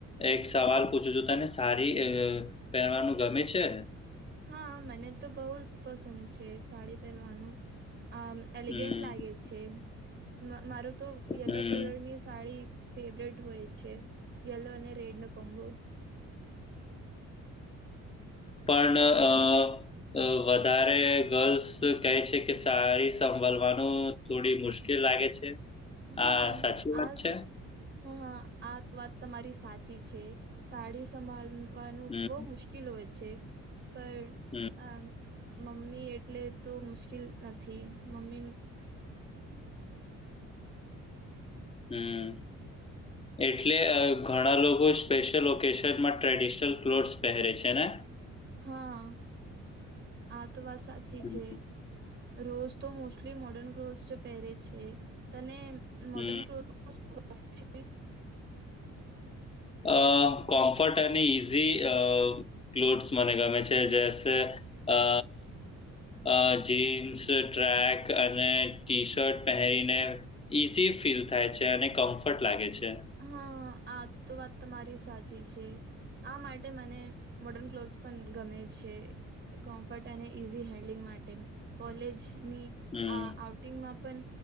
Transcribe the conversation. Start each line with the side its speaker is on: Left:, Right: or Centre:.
Left: એક સવાલ પૂછું છું તને સારી પહેરવાનું ગમે છે?
Right: હા મને તો બહુ જ પસંદ છે સાડી પહેરવાનું, આ એલિગેન્ટ
Left: હમ
Right: લાગે છે, મારો તો યલો
Left: હમ
Right: કલરની સાડી ફેવરેટ હોય છે યલો અને રેડ નો કોમબો.
Left: પણ અ અ વધારે ગર્લ્સ કહે છે કે સારી સંભળવાનું થોડી મુશ્કેલ લાગે છે,
Right: હા
Left: આ સાચી વાત
Right: આ
Left: છે?
Right: હા હા આ વાત તમારી સાચી છે. સાડી સંભળવાનું
Left: હમ,
Right: બહુ મુશ્કેલ હોય છે. પણ
Left: હમ,
Right: આ મમ્મી એટલે તો મુશ્કેલ નથી મમ્મી
Left: હમ. એટલે ઘણા લોકો સ્પેશયલ ઓકેશનમાં ટ્રેડિશનલ ક્લોથસ પહેરે છે ને.
Right: હા આા તો વાત સાચી
Left: હમ,
Right: છે. રોજ તો મોસ્ટલી મોર્ડર્ન ક્લોથ પહેરે છે, તને મોર્ડર્ન
Left: હમ.
Right: ક્લોથ <unintelligible>
Left: અ કોમ્ફર્ટ અને ઈઝી અ ક્લોથસ મને ગમે છે જસે અ અ જીન્સ ટ્રેક અને ટી શર્ટ પહેરીને ઈઝી ફીલ થાય છે અને કમ્ફર્ટ લાગે છે.
Right: હા આ તો તો વાત તમારી સાચી છે. આ માટે મને મોર્ડર્ન ક્લોથસ પણ ગમે છે. કોમ્ફર્ટ અને ઈઝી હેન્ડલિંગ માટે, કોલેજની
Left: હમ.
Right: આ ંગમાં પણ